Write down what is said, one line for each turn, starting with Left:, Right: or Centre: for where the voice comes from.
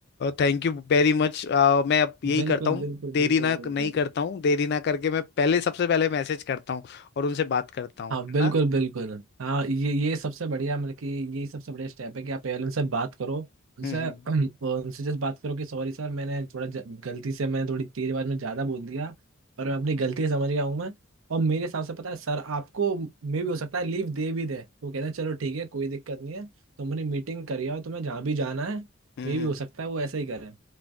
Left: Thank you very much मैं अब यही
Right: बिल्कुल
Left: करता हूँ
Right: बिल्कुल
Left: देरी
Right: बिल्कुल
Left: ना
Right: बिल्कुल
Left: नहीं करता हूँ देरी ना करके मैं पहले सबसे पहले मैसेज करता हूँ और उनसे बात करता हूँ
Right: हाँ
Left: है
Right: बिल्कुल
Left: ना
Right: बिल्कुल हाँ ये ये सबसे बढ़िया मतलब कि ये सबसे बढ़िया स्टेप है कि आप पेरेंट्स से बात करो उनसे
Left: हम्म हम्म
Right: <clears throat> उनसे जस्ट बात करो कि सॉरी सर मैंने थोड़ा ज- गलती से मैंने थोड़ी तेज आवाज में ज़्यादा बोल दिया पर मैं अपनी गलती समझ गया हूँ मैं और मेरे हिसाब से पता है सर आपको मे भी हो सकता है लीव दे भी दे वो कहते हैं चलो ठीक है कोई दिक्कत नहीं है तुम अपनी मीटिंग कर आओ तुम्हें जहाँ भी जाना है
Left: हम्म
Right: मे भी
Left: हम्म।
Right: हो सकता है वो ऐसा ही करें